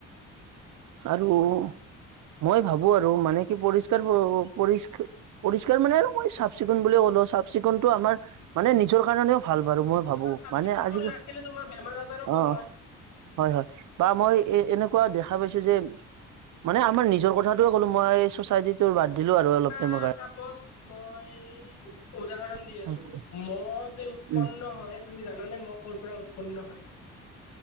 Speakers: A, on the right; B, on the left.
A: আৰু মই ভাবো আৰু মানে কি পৰিষ্কাৰ-পৰিচ্ছন
B: হয়
A: পৰিষ্কাৰ মানে আৰু মই চাফ-চিকুণ বুলিয়ে ক'লো চাফ- চিকুণটো আমাৰ মানে নিজৰ কাৰণেও ভাল বাৰু। মই ভাবো
B: আৰু চাফ-চিকুণ
A: মানে আজি
B: কৰি ৰাখিলে তোমাৰ বেমাৰ-আজাৰো কম
A: অ
B: হয়।
A: হয়, হয়, বা মই এ এনেকুৱা দেখা পাইছো যে- মানে আমাৰ নিজৰ কথাটোৱে ক'লো মই চ'চাইটিটো বাদ দিলো
B: তোমাক
A: আৰু অলপ
B: এটা
A: টাইমৰ কাৰণে।
B: মই উদাহৰণ- দি
A: কাৰণে
B: আছো। ম'হ যে উৎপন্ন
A: উম
B: হয়, তুমি জানানে ম'হ ক'ৰ পৰা উৎপন্ন হয়?